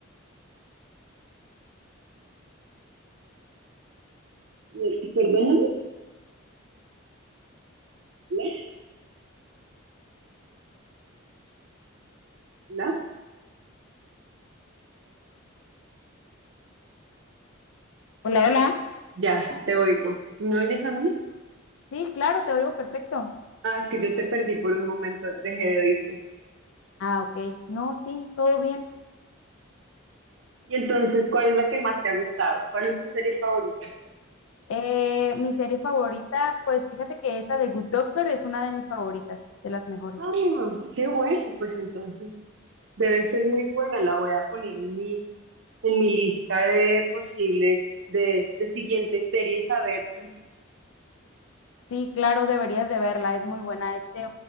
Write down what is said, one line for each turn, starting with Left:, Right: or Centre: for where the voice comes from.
Right: Eh, Perdóname, ¿hola? ¿Hola?
Left: Hola, hola.
Right: Ya, te oigo. ¿Me oyes a mí?
Left: Sí, claro, te oigo perfecto.
Right: Ah, es que yo te perdí por un momento, dejé de oírte.
Left: Ah, ok. No, sí, todo bien.
Right: Y entonces, ¿cuál es la que más te ha gustado? ¿Cuál es tu serie favorita?
Left: Eh, mi serie favorita, pues fíjate que esa de Good Doctor es una de mis favoritas, de las mejores.
Right: Ah, qué bueno, pues entonces debe ser muy buena. La voy a poner en mi, en mi lista de posibles, de, de siguientes series a ver.
Left: Sí, claro, deberías de verla, es muy buena. Este,